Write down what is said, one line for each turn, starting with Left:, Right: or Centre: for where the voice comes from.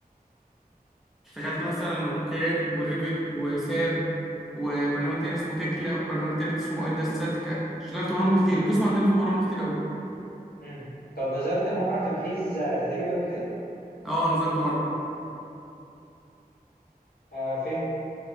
Centre: اشتغلت مثلا اوتوكاد وريفت وساب وبرنامج تاني اسمه تكلا وبرنامج تالت اسمه ايدا ستاتيكا
Left: مم.
Centre: اشتغلت برامج كتير القسم عندنا فيه برامج كتير قوي
Left: مم. طب نزلت مواقع تنفيذ آه، تدريب قبل كده
Centre: اه نزلت مرة
Left: آه فين